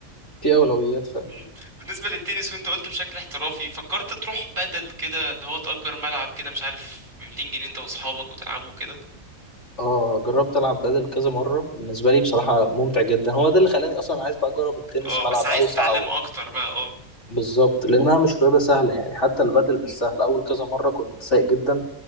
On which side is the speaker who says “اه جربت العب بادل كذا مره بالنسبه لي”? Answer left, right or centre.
Left